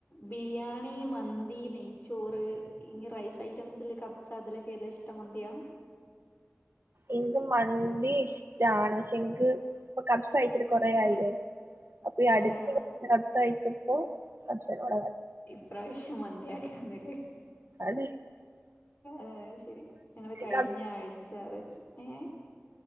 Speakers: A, on the left; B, on the right.
A: ബിരിയാണി, മന്തി, നെയ്ച്ചോറ്, ഇ റൈസ് ഐറ്റംസ്ല് കബ്സ അതിലൊക്കെ ഏതാഷ്ട ഇഷ്ടം മന്തിയാ
B: എനിക്ക് മന്തി ഇഷ്ടാണ്. പക്ഷെ എനിക്ക് ഇപ്പ കബ്സ് കഴ്ച്ചി കൊറായില്ലേ
A: ആ
B: അപ്പൊ ഈ
A: ആ
B: അടുത്ത്
A: ആ ആ
B: കബ്സ കഴിച്ചപ്പോ ക്സോടെ
A: ഈ പ്രാവശ്യം മന്തിയാക്കന്നില്ലേ
B: അതെ
A: ആഹ് ശരി ഞങ്ങള് കഴിഞ്ഞ
B: കബ്സ
A: ആഴ്ച വച്ച് നെ ഏ